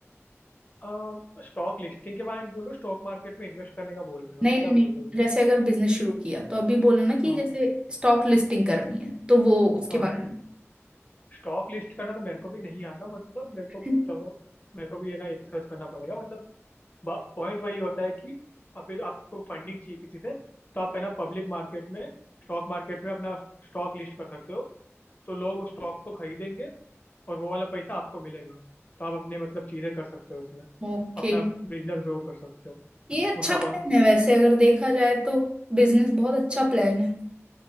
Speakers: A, on the left; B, on the right.
A: आ, स्टॉक लिस्टिंग के बारे में बोलो स्टॉक मार्केट में इन्वेस्ट करने का बोल रहे हो
B: नहीं
A: आप क्या
B: नहीं नहीं
A: बोल रहे हो तुम?
B: जैसे अगर बिजनेस शुरू किया तो अभी बोला ना कि
A: हाँ
B: जैसे स्टॉक लिस्टिंग करनी है तो वो उसके
A: हाँ हाँ
B: बारे में
A: स्टॉक लिस्ट करना तो मेरे को भी नहीं आता मतलब मेरे को
B: <laughs>
A: तो मेरे को भी ये ना रिसर्च करना पड़ेगा मतलब पॉइंट वही होता है कि आप आपको फंडिंग चाहिए किसी से तो आप पहला पब्लिक मार्केट में स्टॉक मार्केट में अपना स्टॉक लिस्ट कर सकते हो तो लोग स्टॉक्स को खरीदेंगे और वो वाला पैसा आपको मिलेगा तो आप अपने मतलब चीज़ें कर सकते हो उसमें
B: ओके
A: अपना बिजनेस ग्रो कर सकते हो
B: ये अच्छा
A: उसका कौन
B: प्लान है वैसे अगर देखा जाए तो बिजनेस बहुत अच्छा प्लान है